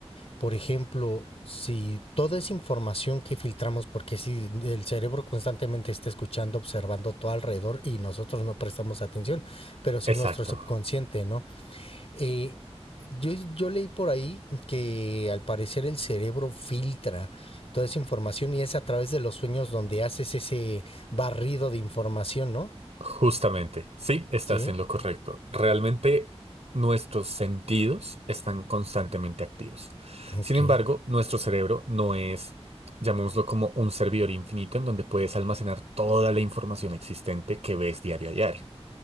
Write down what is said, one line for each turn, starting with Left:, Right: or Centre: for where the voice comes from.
Left: por ejemplo, si toda esa información que filtramos, porque si el cerebro constantemente está escuchando, observando todo alrededor y nosotros no prestamos atención, pero si
Right: Exacto.
Left: nuestro subconsciente, ¿no? Eh, yo, yo leí por ahí que al parecer el cerebro filtra toda esa información y es a través de los sueños donde haces ese barrido de información, ¿no?
Right: Justamente. Sí, estás
Left: Sí,
Right: en lo correcto. Realmente nuestros sentidos están constantemente activos.
Left: ok,
Right: Sin embargo, nuestro cerebro no es, llamémoslo como un servidor infinito en donde puedes almacenar toda la información existente que ves diario a diario.